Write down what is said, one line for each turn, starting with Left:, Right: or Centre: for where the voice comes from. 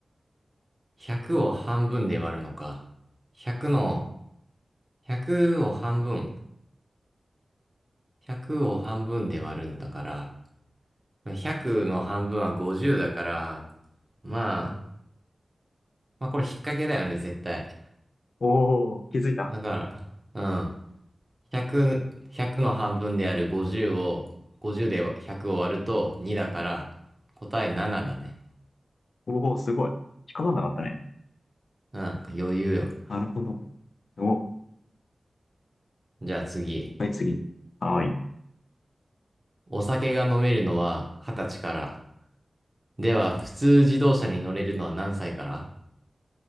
Right: 100を半分で割るのか。100の、100を半分。100を半分で割るんだから。100の半分は50だから。まあ、まあこれ引っ掛けだよね、絶対。
Left: おー、気づいた。
Right: だから、うん。100、ひゃくの半分である50を、50で100を割ると2だから、答え7だね。
Left: おー、すごい。引っかかんなかったね。
Right: うん、余裕よ。
Left: なるほど。お、
Right: じゃあ次。
Left: はい、次。はーい。
Right: お酒が飲めるのは二十歳から。では、普通自動車に乗れるのは何歳から